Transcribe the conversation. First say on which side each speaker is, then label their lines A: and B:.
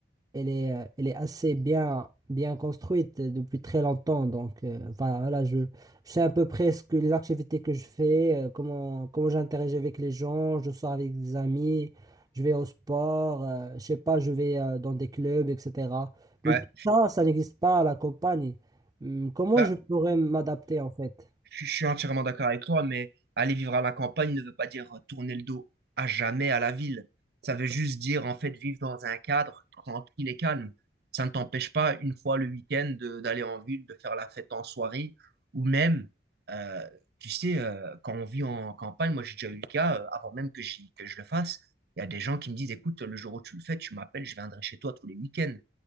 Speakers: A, on the right (about 20°); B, on the right (about 60°).
A: elle est, euh, elle est assez bien, bien construite euh, depuis très longtemps. Donc, euh, enfin, voilà, je, je sais à peu près ce que les activités que je fais, euh, comment, comment j'interagis avec les gens, je sors avec des amis, je vais au sport, euh, je sais pas, je vais euh, dans des clubs, etc. Mais
B: Ouais.
A: tout ça, ça n'existe pas à la campagne. Hum, comment
B: Bah,
A: je pourrais m'adapter en fait?
B: Je, je suis entièrement d'accord avec toi, mais aller vivre à la campagne ne veut pas dire euh, tourner le dos à jamais à la ville. Ça veut juste dire, en fait, vivre dans un cadre tranquille et calme. Ça ne t'empêche pas, une fois le week-end, de- d'aller en ville, de faire la fête en soirée, ou même, euh, tu sais, euh, quand on vit en campagne, moi j'ai déjà eu le cas, euh, avant même que, j'y- que je le fasse, il y a des gens qui me disent, écoute, le jour où tu le fais, tu m'appelles, je viendrai chez toi tous les week-ends.